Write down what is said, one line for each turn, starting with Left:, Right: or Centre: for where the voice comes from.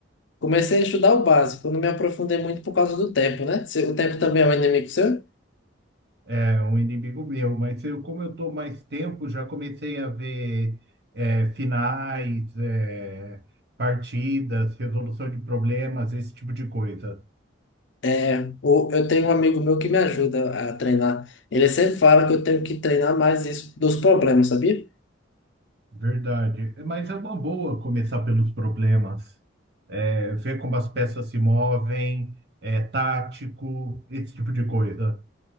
Left: Comecei a estudar o básico, não me aprofundei muito por causa do tempo, né? Se- O tempo também é um inimigo seu?
Right: É um inimigo meu, mas eu, como eu estou mais tempo, já comecei a ver é, finais, é, partidas, resolução de problemas, esse tipo de coisa.
Left: É, o- eu tenho um amigo meu que me ajuda a treinar. Ele sempre fala que eu tenho que treinar mais isso dos problemas, sabia?
Right: Verdade. Mas é uma boa começar pelos problemas, É, ver como as peças se movem, é, tático, esse tipo de coisa.